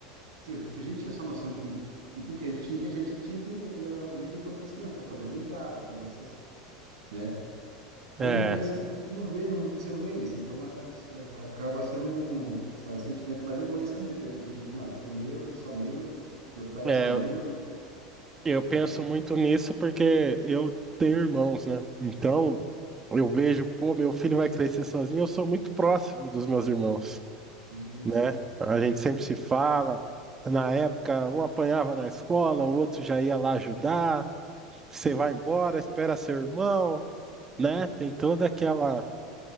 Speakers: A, on the right; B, on the right.
A: a gente tinha essa noção que, que tudo que a gente tinha, a gente tinha que eh, dividir com outras crianças para poder brincar, para poder essas, né? Hoje
B: É,
A: em dia, as crianças não vê, não, você não vê isso. Então, é- é- acaba sendo, um, sabe, sentimento mais egoísta mesmo, de, de, não, isso é meu, é só meu, meu pai
B: é,
A: é só meu,
B: eu penso
A: né?
B: muito nisso porque eu tenho irmãos, né? Então, eu vejo, pô, meu filho vai crescer sozinho, eu sou muito próximo dos meus irmãos,
A: Isso.
B: né? A gente sempre se fala. Na época, um apanhava na escola, o outro já ia lá ajudar. Você vai embora, espera seu irmão, né? Tem toda aquela